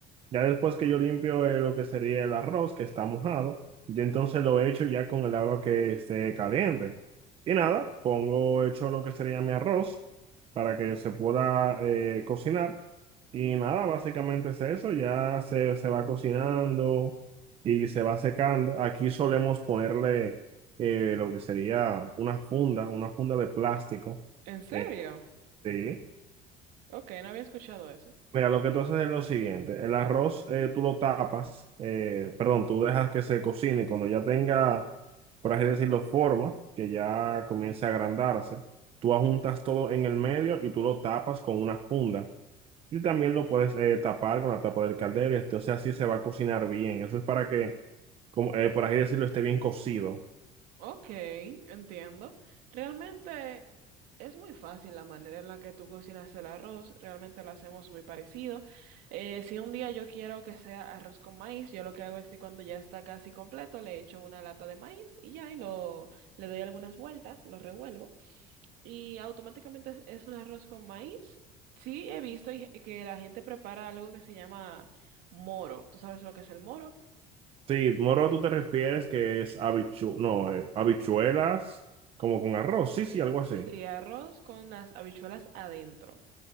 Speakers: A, on the right; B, on the right.
A: Ya después que yo limpio eh, lo que sería el arroz que está mojado, yo entonces lo echo ya con el agua que esté caliente. Y nada, pongo hecho lo que sería mi arroz para que se pueda eh, cocinar. Y nada, básicamente es eso, ya se, se va cocinando y se va secando. Aquí solemos ponerle eh, lo que sería una funda, una funda de plástico.
B: ¿En serio?
A: eh, sí.
B: Ok, no había escuchado eso.
A: Mira, lo que tú haces es lo siguiente, el arroz eh, tú lo tapas, eh, perdón, tú dejas que se cocine y cuando ya tenga, por así decirlo, forma, que ya comience a agrandarse, tú ajuntas todo en el medio y tú lo tapas con una funda. Y también lo puedes eh, tapar con la tapa del caldero, entonces así se va a cocinar bien. Eso es para que, como, eh, por así decirlo, esté bien cocido.
B: Ok, entiendo. Realmente Es muy fácil la manera en la que tú cocinas el arroz, realmente lo hacemos muy parecido. Eh, si un día yo quiero que sea arroz con maíz, yo lo que hago es que cuando ya está casi completo le echo una lata de maíz y ya, y lo, le doy algunas vueltas, lo revuelvo y automáticamente es, es un arroz con maíz. Sí, he visto y- que la gente prepara algo que se llama moro. ¿Tú sabes lo que es el moro?
A: Sí, moro, tú te refieres que es habichu no, eh, habichuelas como con arroz, sí, sí, algo
B: Sí,
A: así.
B: arroz con las habichuelas adentro.